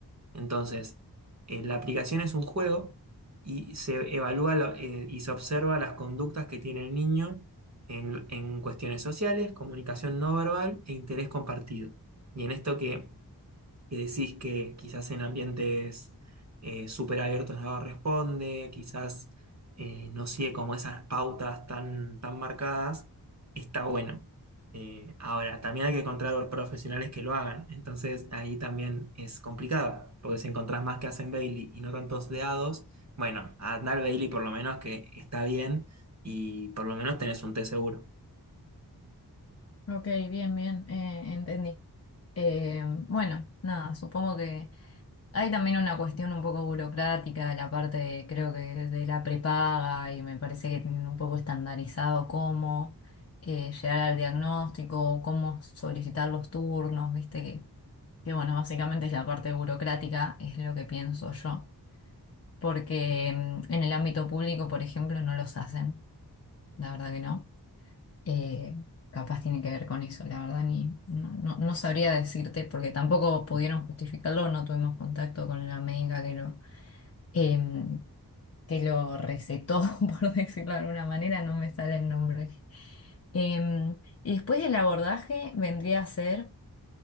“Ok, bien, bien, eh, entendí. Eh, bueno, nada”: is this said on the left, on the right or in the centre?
Left